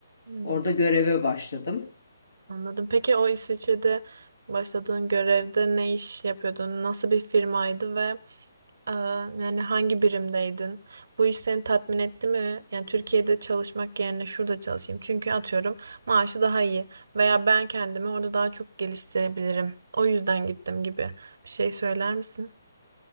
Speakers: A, on the right; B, on the left.
A: Hı.
B: Orada göreve başladım.
A: Anladım. Peki o İsviçre'de başladığın görevde ne iş yapıyordun? Nasıl bir firmaydı ve e, yani hangi birimdeydin? Bu iş seni tatmin etti mi? Yani Türkiye'de çalışmak yerine şurada çalışayım. Çünkü atıyorum maaşı daha iyi veya ben kendimi orada daha çok geliştirebilirim. O yüzden gittim gibi bir şey söyler misin?